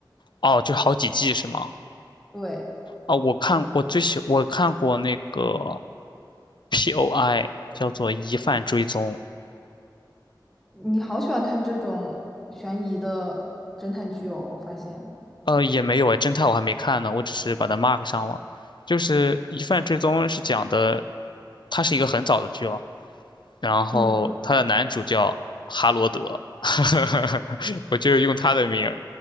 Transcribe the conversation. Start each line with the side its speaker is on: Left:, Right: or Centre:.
Left: 哦，就好几季是吗？
Centre: 对，
Left: 啊，我看我最喜我看过那个 POI 叫做疑犯追踪，
Centre: 你好喜欢看这种悬疑的侦探剧哦，我发现。
Left: 呃，也没有哎，侦探我还没看呢，我只是把它 mark 上了。就是疑犯追踪是讲的，它是一个很早的剧了，然后它的男主叫哈罗德，
Centre: 嗯
Left: <laughs> 我就用他的名儿，